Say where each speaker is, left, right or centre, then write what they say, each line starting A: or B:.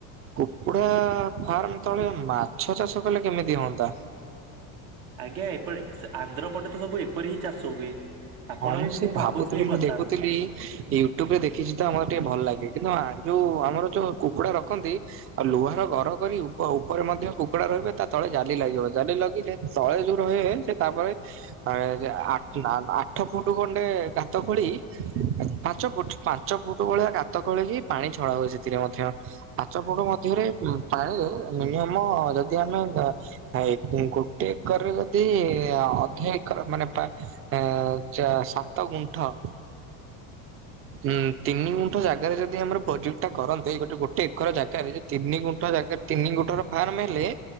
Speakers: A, on the right; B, on the right.
A: କୁକୁଡ଼ା ଫାର୍ମ ତଳେ ମାଛ ଚାଷ କଲେ କେମିତି ହଅନ୍ତା।
B: ଆଜ୍ଞା ଏପଟେ ସେ ଆନ୍ଧ୍ର ପଟେ ତ ସବୁ ଏପରି ହିଁ ଚାଷ ହୁଏ। ଆପଣ
A: ହଁ ମୁଁ
B: ବି
A: ସେ ଭାବୁଥିଲି
B: ଏଇ
A: ମୁଁ
B: କଥା
A: ଦେଖୁଥିଲି ୟୁ ଟ୍ୟୁବ୍ ରେ ଦେଖିଛି ତ ଆମର ଟିକେ ଭଲ ଲାଗେ କିନ୍ତୁ ଆ, ଯୋଉ ଆମର ଯୋଉ କୁକୁଡ଼ା ରଖନ୍ତି ଆଉ ଲୁହାର ଘର କରି ଉପ ଉପରେ ମଧ୍ୟ କୁକୁଡା ରହିବେ ତା ତଳେ ଜାଲି ଲାଗିବ। ଜାଲି ଲାଗିଲେ ତଳେ ଯୋଉ ରହେ ସେ ତାପରେ ଆ, ଯେ ଆକ୍ଚୁ ଆ, ଆ ଠ ଫୁଟୁ ଖଣ୍ଡେ ଗାତ ଖୋଳି ପାଞ୍ଚ ଫୁଟ୍ ପାଞ୍ଚ ଫୁଟ୍ ଭଳିଆ ଗା ତ ଖୋଳିିକି ପାଣି ଛଡା ହୁଏ ସେଥିରେ ମଧ୍ୟ। ପାଞ୍ଚ ଫୁଟ ମଧ୍ୟରେ ଉଁ, ପାଣି ରେ ମିନିୟମ ଯଦି ଆମେ ଧା ହାଇ କୁଁ ଗୋଟେ ଏକରରେ ଯଦି ଅଧେ ଏକର ମାନେ ପା ଅ, ଚା ସାତ ଗୁଣ୍ଠ ହୁଁ, ତିନି ଗୁଣ୍ଠ ଜାଗାରେ ଯଦି ଆମର ପ୍ରୋଜେକ୍ଟ ଟା କରନ୍ତେ, ଏଇ ଗୋଟେ ଗୋଟେ ଏକର ଜାଗାରେ ତିନି ଗୁଣ୍ଠ ଜାଗାରେ, ତିନି ଗୁଣ୍ଠର ଫାର୍ମ ହେଲେ